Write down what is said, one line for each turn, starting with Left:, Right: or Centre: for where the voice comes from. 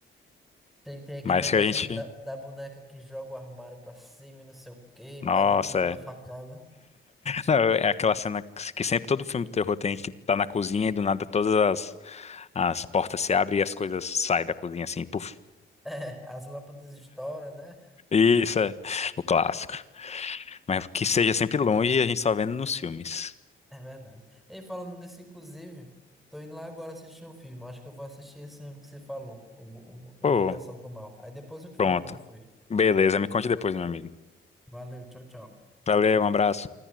Centre: Tem, tem aquele
Left: Mas
Centre: negócio
Left: que a gente.
Centre: assim da, da boneca que joga o armário pra cima e não sei o quê, e
Left: Nossa,
Centre: mata todo mundo
Left: é.
Centre: a facada. <laughs>
Left: Não, é aquela cena que sempre todo filme de terror tem que tá na cozinha e do nada todas as, as portas se abrem e as coisas saem da cozinha assim, puf.
Centre: É, as lâmpadas estouram, né?
Left: Isso é o clássico. Mas que seja sempre longe e a gente só vendo nos filmes.
Centre: É verdade. E falando nisso, inclusive, tô indo lá agora assistir um filme. Acho que eu vou assistir esse filme que você falou, o, o Invocação
Left: Pô,
Centre: do Mal. Aí depois eu te falo
Left: pronto.
Centre: como foi.
Left: Beleza, me conte depois, meu amigo.
Centre: Valeu, tchau, tchau.
Left: Valeu, um abraço.